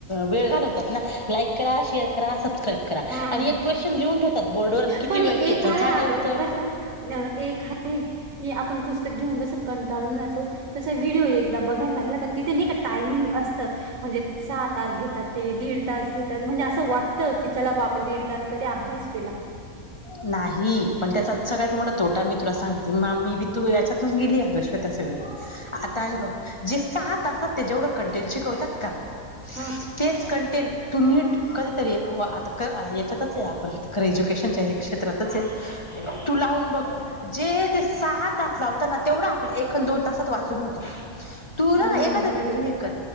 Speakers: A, on the left; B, on the right.
A: वेळ घालवतात ना. लाईक करा, शेअर करा, सबस्क्राईब करा. करा
B: हा
A: आणि एक क्वेशन लिहून ठेवतात. बोर्डवर अन किती
B: पण
A: वेळ
B: एक
A: तेच
B: आहे
A: सांगा
B: अगं
A: उत्तर.
B: बरं का न- एक की आपण पुस्तक. पुस्तक घेउन जसं कंटाळून जातो. तसं व्हडओ एकदा बघायला लागलं का तेथे नाहीका टायमिंग असत. म्हणजे सहा-तास घेतात. ते दीड तास घेतात. म्हणजे असं वाटतं. कि चला बुवा आपण दीडतास तरी अभ्यास. केला
A: नाही. पण त्याचा सगळ्यात मोठा तोटा मी तुला सांगते मा मीबी. तु याचातूनच गेलीऐत ग श्वेता सगळी. आता हे बघं जे सहा तासात ते जेवढ कन्टेट शिकवतात. शिकवतात. का
B: हा
A: तेच कन्टेट. तू नीट कधीतरी व आता क याच्यातच आहे आपण तर एजुकेशनच्या एक क्षेत्रातच आहे तू लावून बघ जे ते सहा तास लावतात ना तेवढं आपलं एक अन दोन तासात वाचून होत. तू ना
B: हा
A: एखादा व्हिडिओ हे कर